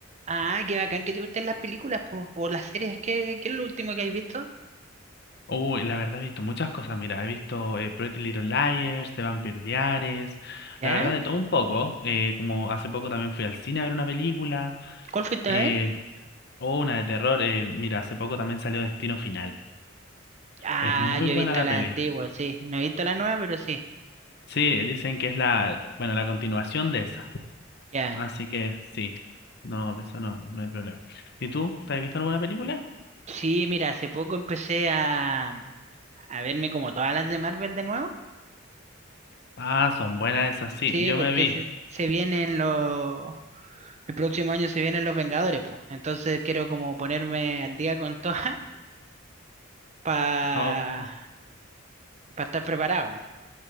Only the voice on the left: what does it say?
Uy, la verdad he visto muchas cosas, mira, he visto eh, Pretty Little Liars, The Vampire Diaries,
la verdad de todo un poco, eh, como hace poco también fui al cine a ver una película,
eh,
o una de terror, eh, mira, hace poco también salió Destino Final,
es muy
buena
la
peli,
sí, dicen que es la, bueno, la continuación de esa,
así que sí, no, de eso no, no hay problema. ¿Y tú, te has visto alguna película?
Ah, son buenas esas, sí,
yo
me vi.
Oh,